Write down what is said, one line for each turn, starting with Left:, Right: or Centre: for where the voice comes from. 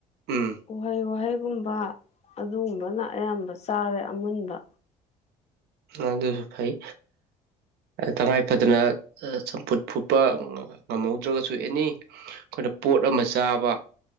Right: ꯎꯝ
Left: ꯎꯍꯩ ꯋꯥꯍꯩꯒꯨꯝ ꯋꯥ ꯑꯗꯨꯒꯨꯝꯕꯅ ꯑꯌꯥꯝꯕ ꯆꯥꯔꯦ ꯑꯃꯨꯟꯕ
Right: ꯑꯗꯨꯁꯨ ꯐꯩ ꯇꯉꯥꯏ ꯐꯗꯅ ꯆꯝꯐꯨꯠ ꯐꯨꯠꯄ ꯉꯝꯍꯧꯗ꯭ꯔꯒꯁꯨ ꯑꯦꯅꯤ ꯑꯩꯈꯣꯏꯅ ꯄꯣꯠ ꯑꯃ ꯆꯥꯕ